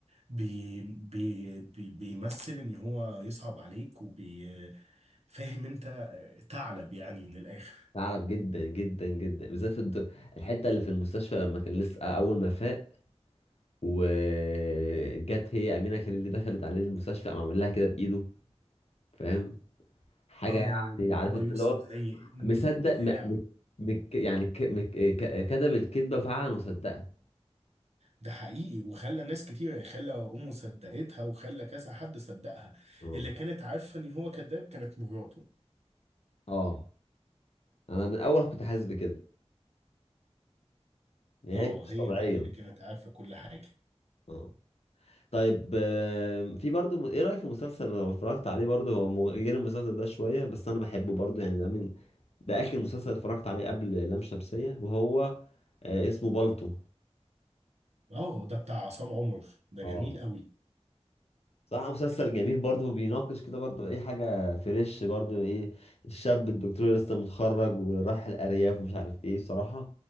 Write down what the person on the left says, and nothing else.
تعرف جدا جدا جدا بالذات في الد- الحتة اللي في المستشفى لما كان لسه اول ما فاق وجت هي امينه خليل دخلت عليه المستشفى قام عمل لها كده بايده فاهم حاجه
يعني عارف
انت
اللي هو
مصدق
م... م... مك... يعني ك... مك... ك... كذب الكذبه فعلا وصدقها
اه
اه انا من اول كنت حاسس بكده يعني
هي كانت مش
طبيعيه
اه طيب آم، في برضو م- ايه رايك في مسلسل انا اتفرجت عليه برضو هو مغ- غير المسلسل ده شويه بس انا بحبه برضو يعني ده من ده اخر مسلسل اتفرجت عليه قبل لام شمسية وهو آه، اسمه بالطو
اه
صراحة مسلسل جميل برضو بيناقش كده برضو اي حاجة فريش برضو ايه الشاب الدكتور اللي لسه متخرج وراح الارياف ومش عارف ايه صراحة